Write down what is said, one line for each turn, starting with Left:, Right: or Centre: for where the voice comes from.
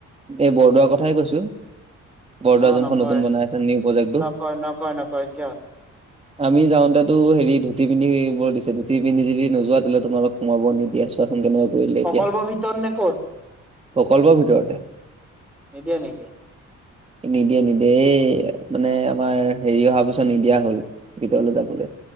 Right: এই বৰদোৱাৰ কথাই কৈছো বৰদোৱা
Centre: অ'
Right: যোনখন
Centre: নকয়
Right: নতুন বনাই আছে নিউ প্ৰজেক্টটো
Centre: নকয় নকয় নকয় কিয়
Right: আমি যাওঁতে তো হেৰি ধুতি পিন্ধিবোৰ দিছে ধুতি পিন্ধি যদি নোৱা তেতিলে তোমালোকক সোমাব নিদিয়াছ তেনেকুৱা কৰিলে
Centre: প্ৰকল্পৰ
Right: এতিয়া
Centre: ভিতৰত নে ক'ত
Right: প্ৰকল্পৰ ভিতৰতে
Centre: নিদিয়ে- নিদিয়
Right: নিদিয়ে -নিদিয়ে -এই মানে আমাৰ হেৰি অহাৰ পিছত নিদিয়া হল গীতলৈ যাবলৈ